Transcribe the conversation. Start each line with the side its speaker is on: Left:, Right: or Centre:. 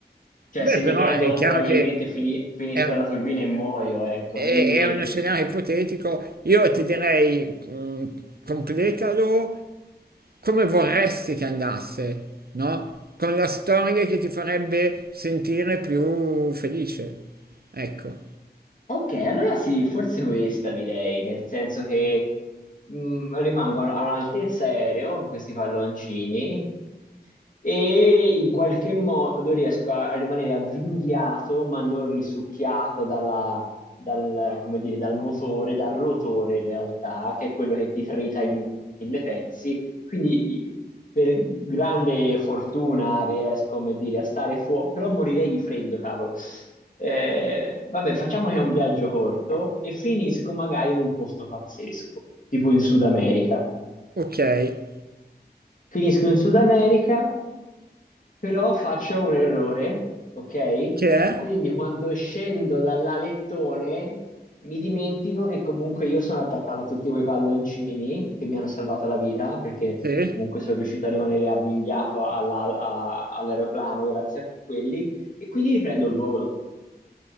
Left: cioè
Right: Beh,
Left: se
Right: però
Left: mi prendo
Right: è chiaro
Left: probabilmente
Right: che
Left: fini- finisco
Right: è,
Left: nella turbina e muoio, ecco,
Right: è-
Left: quindi...
Right: è uno scenario ipotetico. Io ti direi, mh, completalo come vorresti che andasse, no? Con la storia che ti farebbe sentire più felice. Ecco,
Left: Ok, allora sì, forse questa direi, nel senso che mh, rimango a a un'altezza aereo con questi palloncini e in qualche modo riesco a, a rimanere avvinghiato ma non risucchiato dalla- dal, come dire, dal motore, dal rotore in realtà, che è quello che ti trita in mille pezzi. Quindi i- per grande fortuna riesco, come dire, a stare fuori, però morirei di freddo, cavolo. Eh, vabbè, facciamo che è un viaggio corto e finisco magari in un posto pazzesco, tipo in Sud America.
Right: ok.
Left: Finisco in Sud America però faccio un errore, ok?
Right: Che è?
Left: Quindi quando scendo dall'alettone mi dimentico che comunque io sono attaccato a tutti quei palloncini che mi hanno salvato la vita, perché
Right: Sì.
Left: comunque sono riuscito a rimanere avvinghiato alla- a- all'aeroplano grazie a quelli, e quindi riprendo il volo.